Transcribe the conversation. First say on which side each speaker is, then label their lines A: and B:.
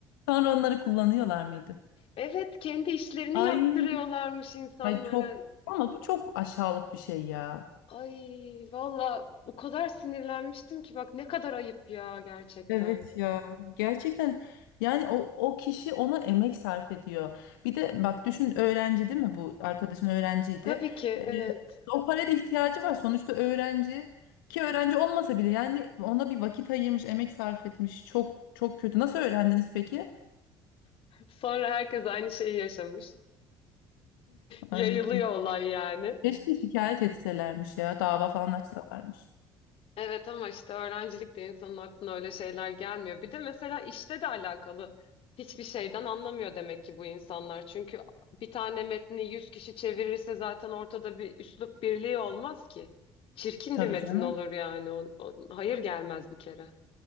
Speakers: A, on the left; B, on the left.
A: Sonra onları kullanıyorlar mıydı?
B: Evet kendi işlerini
A: Ay,
B: yaptırıyorlarmış insanlara.
A: ay çok ama bu çok aşağılık bir şey ya.
B: Ay valla o kadar sinirlenmiştim ki bak ne kadar ayıp ya gerçekten.
A: Evet ya gerçekten yani o, o kişi ona emek sarf ediyor. Bir de bak düşün öğrenci değil mi bu arkadaşın öğrenciydi.
B: Tabii ki evet.
A: Ee, o paraya da ihtiyacı var sonuçta öğrenci ki öğrenci olmasa bile yani ona bir vakit ayırmış emek sarf etmiş çok çok kötü. Nasıl öğrendiniz peki?
B: Sonra herkes aynı şeyi yaşamış. Yayılıyor
A: Ay
B: olay yani.
A: keşke şikayet etselermiş ya dava falan açsalarmış.
B: Evet ama işte öğrencilikte insanın aklına öyle şeyler gelmiyor. Bir de mesela işte de alakalı hiçbir şeyden anlamıyor demek ki bu insanlar. Çünkü bir tane metni 100 kişi çevirirse zaten ortada bir üslup birliği olmaz ki. Çirkin
A: Tabii
B: bir metin
A: canım
B: olur yani. O, o- hayır gelmez bir kere.